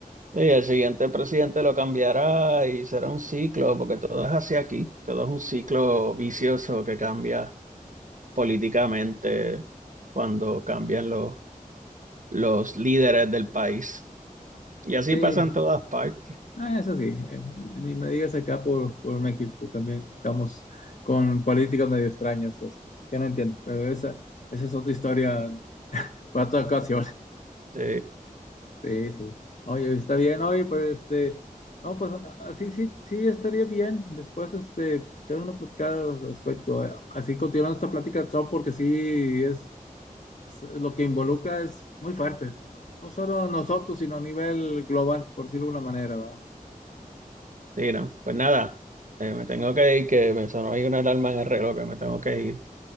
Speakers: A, on the right; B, on the left.
A: Y el siguiente presidente lo cambiará y será un ciclo, porque todo es así aquí, todo es un ciclo vicioso que cambia. políticamente cuando cambian los, los líderes del país. Y así
B: Sí,
A: pasa en todas partes.
B: ah, eso sí, eh, ni me digas acá por, por México también, estamos con políticas medio extrañas, este, que no entiendo, pero esa, esa es otra historia para otra ocasión.
A: Sí,
B: Sí, sí. Oye, está bien, oye, pues este, no, pues a- así sí, sí estaría bien. Después, este, echar una platicada al respecto. eh. Así continuando esta plática, Trump, porque sí es, es lo que involucra es muy fuerte. No solo nosotros, sino a nivel global, por decirlo de alguna manera, ¿va?
A: sí, no. Pues nada, eh, me tengo que ir, que me sonó ahí una alarma en el reloj, que me tengo que ir